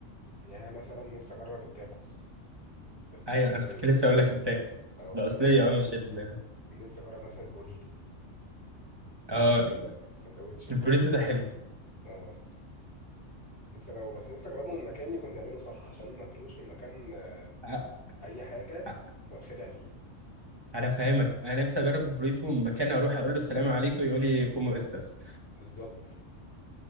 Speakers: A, on the left (about 60°); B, on the right (about 20°).
A: يعني أنا مثلا نفسي اجرب التاكوس بس
B: ايوه
A: الاصلية
B: انا كنت لسه اقول لك التاكوس
A: اه
B: الاصليه اه مش ال
A: ونفسي اجرب مثلا البوريتو
B: اه
A: يعني ال- السندوتش الضخم
B: البوريتو ده
A: ده
B: حلو
A: اه نفسي اجربه بس نفسي اجربه من مكان يكون بيعمله صح عشان ما اكلوش من مكان آه،
B: ع-
A: اي حاجه
B: ع-
A: واتخدع فيه
B: انا فاهمك انا نفسي اجرب البوريتو من مكان اروح اقول له السلام عليكم يقول لي كومو استاس
A: بالظبط